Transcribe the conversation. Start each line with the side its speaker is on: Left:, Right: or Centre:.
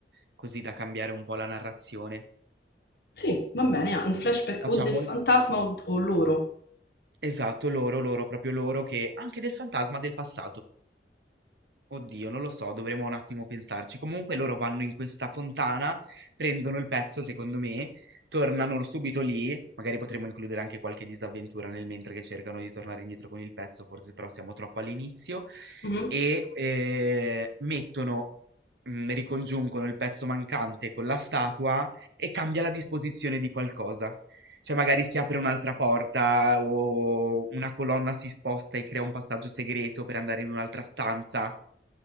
Right: così da cambiare un po' la narrazione.
Left: Sì, va bene, ah, un flashback
Right: Facciamo...
Left: o del fantasma
Right: il-
Left: o, o loro.
Right: Esatto, loro, loro, proprio loro, che anche del fantasma del passato. Oddio, non lo so, dovremmo un attimo pensarci. Comunque loro vanno in questa fontana, prendono il pezzo, secondo me, tornano subito lì. Magari potremmo includere anche qualche disavventura nel mentre che cercano di tornare indietro con il pezzo, forse però siamo troppo all'inizio.
Left: Mhm.
Right: E eh, mettono, mm, ricongiungono il pezzo mancante con la statua e cambia la disposizione di qualcosa. Cioè, magari si apre un'altra porta o una colonna si sposta e crea un passaggio segreto per andare in un'altra stanza.